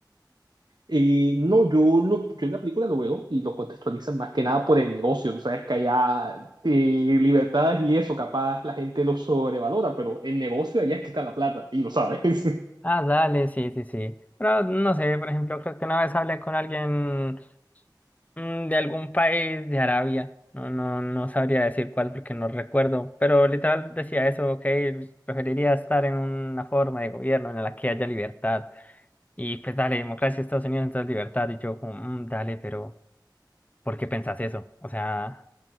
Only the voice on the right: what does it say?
Eh, no, yo, lo, yo en la película lo veo y lo contextualizan más que nada por el negocio. Tú sabes que allá eh, libertades y eso, capaz la gente lo sobrevalora, pero el negocio allá es que está la plata y lo sabes.